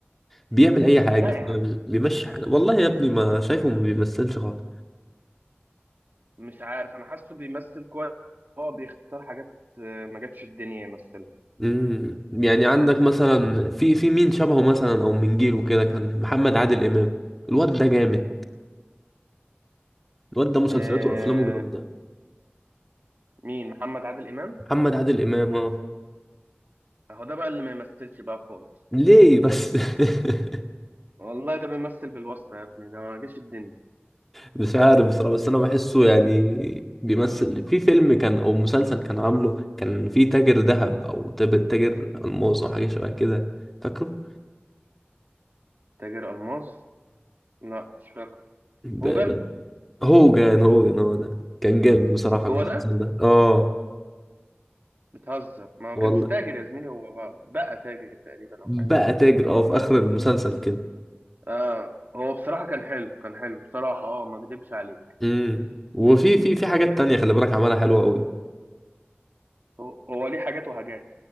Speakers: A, in the centre; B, on the right.
A: بيعمل اي حاجه
B: لا يا عم
A: فاهم بيمشي حاله والله يا ابني ما شايفه ما بيمثلش خالص
B: مش عارف انا حاسه بيمثل كويس هو بيختار حاجات آه، ما جاتش الدنيا يمثلها
A: امم يعني عندك مثلا في في مين شبهه مثلا او من جيله كده كان محمد عادل امام الواد ده جامد الواد ده مسلسلاته
B: آه
A: وافلامه جامده
B: مين محمد عادل امام
A: محمد عادل امام اه
B: اهو ده بقى اللي ما يمثلش بقى خالص
A: ليه بس <laughs>
B: والله ده بيمثل بالواسطه يا ابني ده ما جاش الدنيا
A: مش عارف بصراحه بس انا بحسه يعني بيمثل في فيلم كان او مسلسل كان عامله كان في تاجر ذهب او تاجر تاجر الماس او حاجه شبه كده فاكره
B: تاجر الماظ لا مش فاكر
A: امم
B: هوجل
A: هوجن هوجن هو ده كان جامد بصراحة
B: هو
A: المسلسل
B: ده
A: ده اه
B: بتهزر ما هو
A: والله
B: كانش تاجر يا زميلي هو بقى, بقى تاجر تقريبا او
A: بقى
B: حاجه كده.
A: تاجر اه في آخر المسلسل كده
B: اه هو بصراحه كان حلو كان حلو بصراحه اه ما اكدبش عليه
A: امم وفي في في حاجات تانية خلي بالك عملها حلوة قوي
B: هو هو ليه حاجات وحاجات